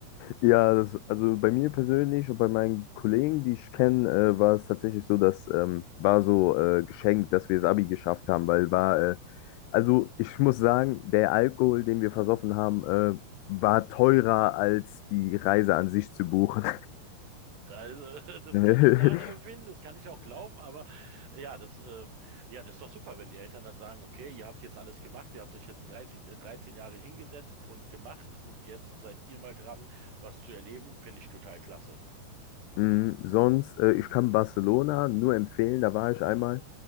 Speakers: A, on the left (about 85°); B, on the right (about 85°).
A: Ja, das, also bei mir persönlich und bei meinen Kollegen, die ich kenne, äh, war es tatsächlich so, dass ähm, war so äh, geschenkt, dass wir das Abi geschafft haben, weil war, äh, also ich muss sagen, der Alkohol, den wir versoffen haben, äh, war teurer als die Reise an sich zu buchen.
B: Also, <laughs> das
A: <laughs>
B: kann ich nachempfinden, das kann ich auch glauben, aber ja, das, ähm, ja, das ist doch super, wenn die Eltern dann sagen, okay, ihr habt jetzt alles gemacht, ihr habt euch jetzt 30, äh, 13 Jahre hingesetzt und gemacht und jetzt seid ihr mal dran, was zu erleben, finde ich total klasse.
A: Mm, Sonst, äh, ich kann Barcelona nur empfehlen, da war ich einmal.